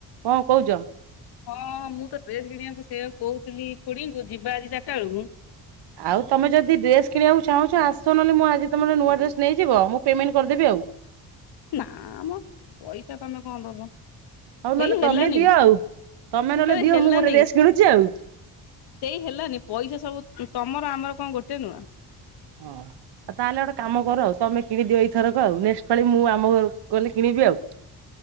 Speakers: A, on the right; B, on the left.
A: କଣ କହୁଛ।
B: ହଁ ମୁଁ ତ ଡ୍ରେସ କିଣିବାକୁ ସେଇଆ କହୁଥିଲି ଖୁଡ଼ିଙ୍କୁ ଯିବା ଆଜି ଚାରିଟା ବେଳକୁ।
A: ଆଉ ତମେ ଯଦି ଡ୍ରେସ କିଣିବାକୁ ଚାହୁଁଛ ଆସ ନହେଲେ ମୁଁ ଆଜି ତମର ନୂଆ ଡ୍ରେସ ନେଇଯିବ ମୁଁ ପେମେଣ୍ଟ କରିଦେବି ଆଉ।
B: ନା ଆମ ପଇସା ତମେ କଣ ଦବ।
A: ହଉ
B: ସେଇ
A: ନହେଲେ ତମେ
B: ହେଲାନି
A: ଦିଅ ଆଉ ତମେ ନହେଲେ
B: ସେ
A: ଦିଅ
B: ହେଲାନି
A: ମୁଁ ଗୋଟେ ଡ୍ରେସ୍ କିଣୁଛି ଆଉ।
B: ସେଇ ହେଲାନି ପଇସା ସବୁ ତମର ଆମର କଣ ଗୋଟେ ନୁଆଁ।
A: ହଁଉ ତାହେଲେ ଗୋଟେ କାମ କର ଆଉ ତମେ କିଣି ଦିଅ ଏଇଥରକ ଆଉ ନେକ୍ସଟ ପାଳି ମୁଁ ଆମ ଘରୁ ଗଲେ କିଣିବି ଆଉ।